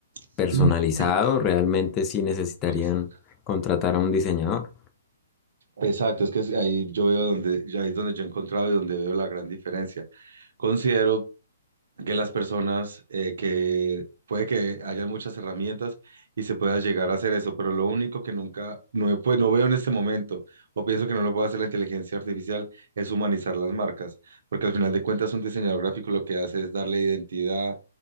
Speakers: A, on the right; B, on the left.
A: <clears throat>
B: personalizado, realmente sí necesitarían
A: Exacto.
B: contratar a un diseñador.
A: Exacto, es que es- ahí yo veo donde, ahí es donde yo he encontrado y donde veo la gran diferencia. Considero que las personas eh, que puede que haya muchas herramientas y se pueda llegar a hacer eso, pero lo único que nunca, no, he pu- no veo en este momento, o pienso que no lo puede hacer la inteligencia artificial, es humanizar las marcas, porque al final de cuentas un diseñador gráfico lo que hace es darle identidad